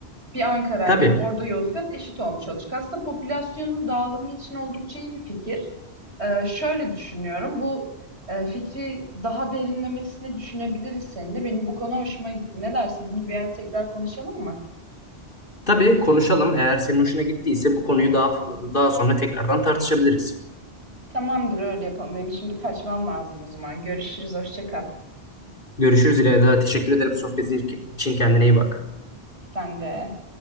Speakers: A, on the right (about 85°); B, on the left (about 50°).
A: Bir Ankara
B: tabii.
A: ile bir orada Yozgat eşit olmuş olacak. Aslında popülasyonun dağılımı için oldukça iyi bir fikir. Ee, şöyle düşünüyorum. Bu e, fikri daha derinlemesine düşünebiliriz seninle. Benim bu konu hoşuma gitti. Ne dersin? Bunu bir ara tekrar konuşalım mı?
B: Tabii konuşalım. Eğer senin hoşuna gittiyse bu konuyu daha daha sonra tekrardan tartışabiliriz.
A: Tamamdır öyle yapalım. Benim şimdi kaçmam lazım o zaman. Görüşürüz. Hoşça kal.
B: Görüşürüz İlayda. Teşekkür ederim sohbetin için. Kendine iyi bak.
A: Sen de.